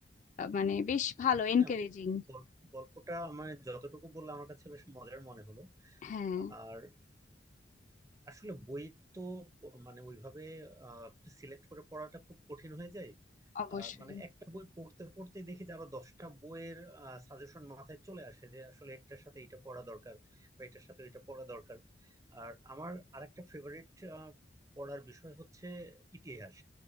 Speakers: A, on the left; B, on the right.
A: আহ, মানে বেশ ভালো এনকারেজিং
B: হ্যাঁ গল- গল্পটা আমার যতটুকু বললাম আমার কাছে বেশ মজার মনে হলো
A: হ্যাঁ
B: আর আসলে বই তো মানে ওইভাবে সিলেক্ট করে পড়াটা খুব কঠিন হয়ে যায়
A: অবশ্যই
B: আহ, মানে একটা বই পড়তে পড়তে দেখি যে আরো দশটা বইয়ের সাজেশন মাথায় চলে আসে যে আসলে এটার সাথে এটা পড়া দরকার বা এটার সাথে এটা পড়া দরকার আর আমার আরেকটা ফেভারিট পড়ার বিষয় হচ্ছে ইতিহাস